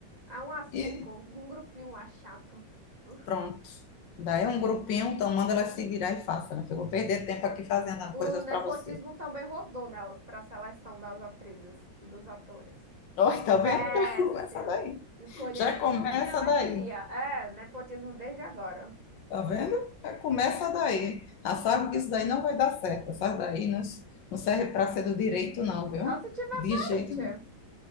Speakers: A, on the right; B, on the left.
A: Há um a cinco,
B: E
A: um grupinho lá chato. Uf.
B: pronto. Daí é um grupinho, então manda ela se virar e faça, né? Eu vou perder tempo aqui fazendo
A: O
B: coisas
A: nepotismo
B: para você.
A: também rodou nelas pra seleção das atrizes e dos atores.
B: Olha, tá vendo?
A: Péssimo.
B: <laughs> Já começa daí.
A: Escolheram
B: Já
A: tudo
B: começa
A: quem ela
B: daí.
A: queria. É, nepotismo desde agora.
B: Tá vendo? Já Começa daí. Já sabe que isso daí não vai dar certo. essa daí não, não serve para ser do direito, não, viu?
A: Só se tiver
B: De
A: parente.
B: jeito nenhum.